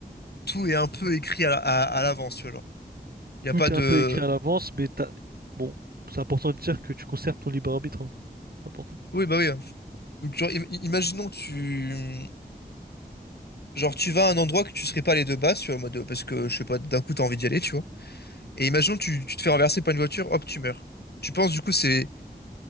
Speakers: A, on the left; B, on the right.
A: tout est un peu écrit à, la- à, à l'avance, tu vois, genre. Il n'y
B: Tout
A: a pas de...
B: est un peu écrit à l'avance, mais t'as... bon, c'est important de dire que tu conserves ton libre arbitre. hein. C'est important.
A: Oui, bah oui. Donc, genre, im- imaginons que tu... Genre, tu vas à un endroit que tu serais pas allé de base, tu vois, en mode, euh, parce que, je sais pas, d'un coup, t'as envie d'y aller, tu vois. Et imaginons que tu, tu te fais renverser par une voiture, hop, tu meurs. Tu penses, du coup, c'est